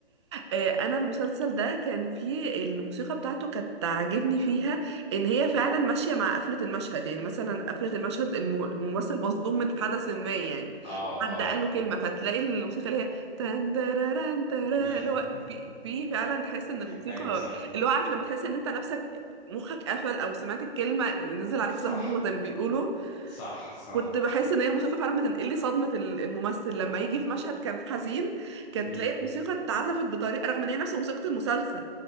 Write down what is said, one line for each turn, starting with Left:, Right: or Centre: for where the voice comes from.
Right: آه، انا المسلسل ده كان فيه الموسيقى بتاعته كانت عاجبني فيها ان هي فعلا ماشيه مع قفله المشهد يعني مثلا قفله المشهد الم- الممثل مصدوم من حدث ما يعني
Left: اه
Right: حد
Left: اه
Right: قال له كلمه فتلاقي الموسيقى اللي هي تان تاراران تارا
Left: <laughs>
Right: اللي هو في في فعلا تحس ان الموسيقى
Left: ايوه صح
Right: اللي هو عارف لما تحس ان انت نفسك مخك قفل او سمعت الكلمه نزل عليك
Left: صح
Right: سهم الله زي ما بيقولوا
Left: صح صح
Right: كنت بحس ان هي الموسيقى فعلا بتنقل لي صدمه ال- الممثل لما يجي في مشهد كان حزين كانت
Left: مم.
Right: تلاقي الموسيقى اتعزفت بطريقه رغم ان هي نفس موسيقى المسلسل